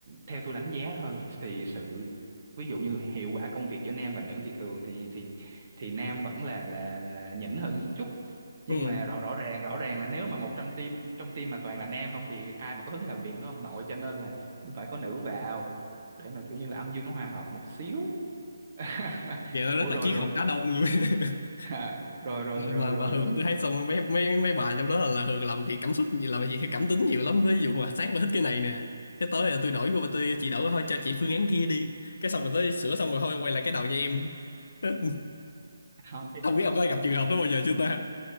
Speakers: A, on the right; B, on the left.
A: theo tôi đánh giá thôi thì sự ví dụ như hiệu quả công việc giữa nam và nữ thì thường thì thì thì nam vẫn là là là nhỉnh hơn chút nhưng
B: ừ.
A: mà rõ rõ ràng rõ ràng là nếu mà một trong team trong team mà toàn là nam không thì ai mà có hứng làm việc nó không nội cho nên là cũng phải có nữ vào để mà kiểu như là âm dương nó hòa hợp một xíu <laughs>
B: vậy nó
A: ủa
B: rất là
A: rồi
B: triết
A: rồi
B: học cá đông luôn <laughs>
A: <laughs> rồi rồi rồi
B: mà
A: rồi
B: mà Hường
A: rồi
B: tôi thấy xong mấy mấy mấy bà trong đó là, là Hường làm việc cảm xúc nhiều, làm việc theo cảm tính nhiều lắm ví dụ mà sáng là thích cái này nè cái tối là tôi đổi vô tôi chị đổi thôi cho chị phương án kia đi cái xong rồi tới sửa xong rồi thôi quay lại cái đầu như em <laughs>
A: không
B: không biết ông có gặp trường hợp đó bao giờ chưa ta